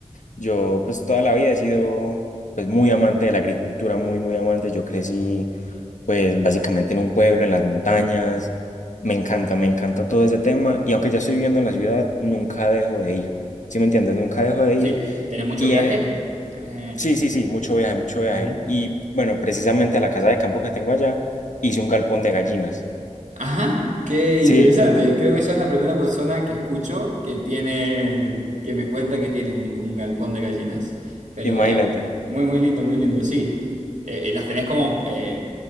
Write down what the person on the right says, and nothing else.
Sí,
¿tenés mucho
viaje?
Tenés...
Ujú.
Ajá, qué
interesante. Creo que sos la primera persona que escucho que tiene, que me cuenta que tiene un, un galpón de gallinas. Pero
eh, muy, muy lindo, muy lindo, sí. Eh, y las tenés como, eh,